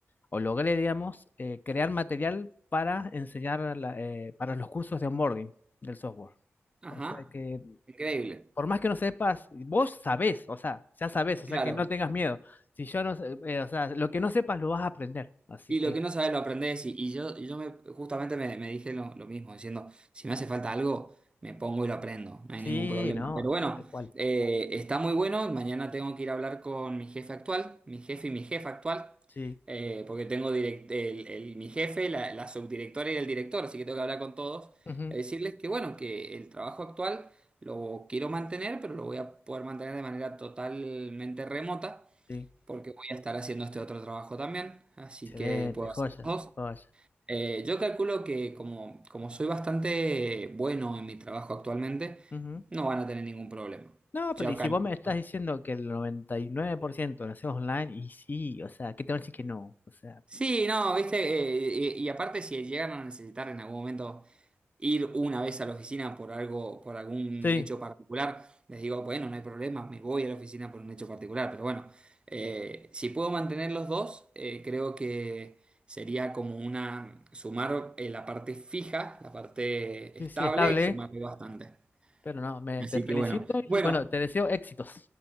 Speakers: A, on the left; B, on the right.
A: o logré, digamos, eh, crear material para enseñar la- eh, para los cursos de onboarding del software.
B: Ajá.
A: O sea que,
B: Increíble.
A: por más que no sepas, vos sabés, o sea, ya sabés, o sea
B: Claro.
A: que no tengas miedo. Si yo no sé, eh, o sea, lo que no sepas lo vas a aprender. Así
B: Y
A: que,
B: lo que no sabes lo aprendes. Y, y yo, y yo me, justamente me, me dije lo, lo mismo, diciendo, si me hace falta algo, me pongo y lo aprendo, no hay
A: sí,
B: ningún problema.
A: no,
B: Pero bueno,
A: tal cual,
B: eh, está muy bueno. Mañana tengo que ir a hablar con mi jefe actual, mi jefe y mi jefa actual,
A: sí.
B: eh, porque tengo direct- el, el- mi jefe, la, la subdirectora y el director, así que tengo que hablar con todos,
A: ujú,
B: eh, decirles que bueno, que el trabajo actual lo quiero mantener, pero lo voy a poder mantener de manera totalmente remota
A: sí,
B: porque voy a estar haciendo este otro trabajo también, así
A: excelente,
B: que puedo
A: joya,
B: hacer los dos.
A: joya.
B: Eh, yo calculo que como, como soy bastante bueno en mi trabajo actualmente,
A: ujú.
B: no van a tener ningún problema.
A: No, pero
B: Yo
A: y si
B: calculo.
A: vos me estás diciendo que el 99% lo hacemos online, y sí, o sea, ¿qué te van a decir que no? O sea,
B: Sí, no, viste, eh, y, y aparte si llegaron a necesitar en algún momento ir una vez a la oficina por algo, por algún
A: sí,
B: hecho particular, les digo, bueno, no hay problema, me voy a la oficina por un hecho particular, pero bueno, eh, si puedo mantener los dos, eh, creo que sería como una, sumar eh, la parte fija, la parte
A: sí,
B: estable,
A: sí, estable,
B: sumarle bastante.
A: pero no, me,
B: Así
A: te felicito
B: que bueno, bueno,
A: y bueno, te deseo éxitos.